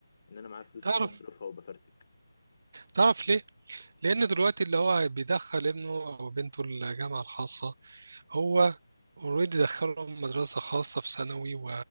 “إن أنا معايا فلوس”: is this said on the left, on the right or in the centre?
Left